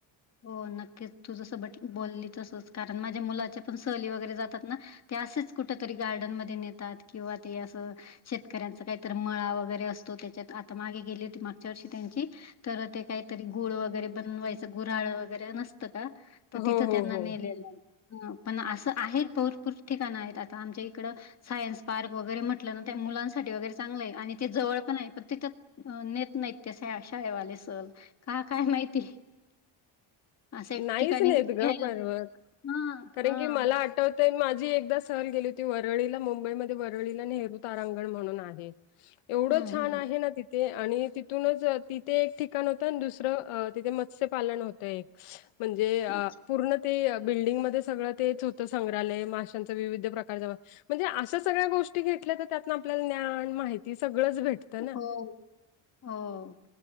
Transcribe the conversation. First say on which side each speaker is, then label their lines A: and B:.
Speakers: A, on the left; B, on the left.
A: <inaudible> हो नक्कीच तू जसं बट बोलली तसंच कारण माझ्या मुलाच्या पण सहली वगैरे जातात ना. ते असेच कुठ तरी गार्डनमध्ये नेतात किंवा ते असं शेतकऱ्यांचा काहीतर मळा वगैरे असतो त्याच्यात आता मागे गेली होती मागच्या वर्षी त्यांची. तर ते काय? तरी गुळ वगैरे बनवायचं गुऱ्हाळ वगैरे नसतं का तर तिथं
B: हो हो
A: त्यांना
B: हो
A: नेलेलं. ह पण असं आहेत भरपूर ठिकाणं आहेत आता आमच्या इकडं. सायन्स पार्क वगैरे म्हटलं ना त्या मुलांसाठी वगैरे चांगलं आहे आणि ते जवळ पण आहे पण तिथं अं नेत नाहीत ते शाळेवाले सहल का काय माहिती? असं एक
B: नाहीच
A: ठिकाणी
B: नेत ग
A: घ्यायला
B: पण
A: पाहिजे.
B: मग
A: हां,
B: कारण
A: हां.
B: की मला आठव माझी एकदा सहर गेली होती वरळीला मुंबईमध्ये वरळीला नेहरू तारांगण म्हणून आहे. एवढं
A: हं,
B: छान
A: हं.
B: आहे ना ति ते आणि तिथूनच तिथे एक ठिकाण होतं आणि दुसरं तिथे मत्स्य पालन होतं एक. म्हणजे आ
A: अच्छा.
B: पूर्ण ते बिल्डिंगमध्ये सगळं तेच होतं संग्रहालय माशांचं विविध प्रकारच्या म्हणजे अशा सगळ्या गोष्टी घेतल्या तर त्यातन आपल्याला ज्ञान माहिती सगळंच भेटतं ना.
A: हो, हो.